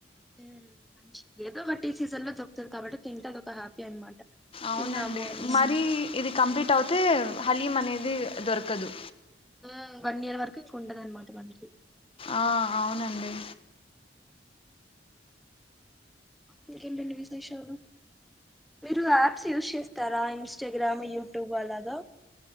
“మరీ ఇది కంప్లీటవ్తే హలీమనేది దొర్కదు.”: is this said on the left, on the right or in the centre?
Left